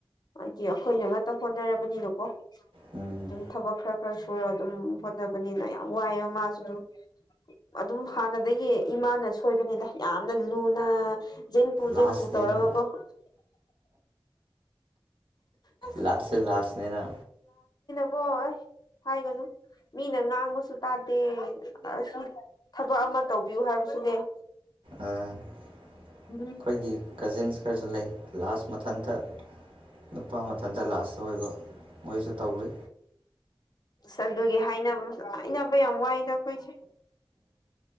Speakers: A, on the left; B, on the right.
A: ꯍꯥꯏꯗꯤ ꯑꯩꯈꯣꯏꯅ ꯉꯇ ꯍꯣꯠꯅꯔꯕꯅꯤꯅꯀꯣ
B: ꯎꯝ
A: ꯑꯗꯨꯝ ꯊꯕꯛ ꯈꯔ ꯈꯔꯁꯨ ꯄꯨꯔ ꯑꯗꯨꯝ ꯍꯣꯠꯅꯕꯅꯤꯅ ꯌꯥꯝ ꯋꯥꯏꯑꯦꯕ ꯃꯥꯁꯨ ꯑꯗꯨꯝ ꯑꯗꯨꯝ ꯍꯥꯟꯅꯗꯒꯤ ꯏꯃꯥꯅ ꯁꯣꯏꯕꯅꯤꯅ ꯌꯥꯝꯅ ꯂꯨꯅ ꯅ ꯖꯦꯟ ꯄꯨ
B: ꯂꯥꯁꯅꯦꯅ
A: ꯖꯦꯟ ꯄꯨ ꯇꯧꯔꯒꯀꯣ ꯑꯁ
B: ꯂꯥꯁꯦ ꯂꯥꯁꯅꯦꯅ
A: ꯑꯣ ꯑꯩꯁ ꯍꯥꯏꯒꯅꯨ ꯃꯤꯅ ꯉꯥꯡꯕꯁꯨ ꯇꯥꯗꯦ ꯑꯁꯤ ꯊꯕ ꯑꯃ ꯇꯧꯕꯤꯌꯨ ꯍꯥꯏꯕꯁꯨꯅꯦ
B: ꯑ ꯑꯩꯈꯣꯏꯒꯤ
A: ꯎꯝ
B: ꯀꯖꯤꯟꯁ ꯈꯔꯁꯨ ꯂꯩ ꯂꯥꯁ ꯃꯊꯟꯇ ꯅꯨꯄꯥ ꯃꯊꯟꯇ ꯂꯥꯁꯇ ꯑꯣꯏꯕ ꯃꯣꯏꯁꯨ ꯇꯧꯔꯤ
A: ꯑꯁ ꯑꯗꯨꯒꯤ ꯍꯥꯏꯅꯕ ꯍꯥꯏꯅꯕ ꯌꯥꯝ ꯋꯥꯏꯗ ꯑꯩꯈꯣꯏꯁꯦ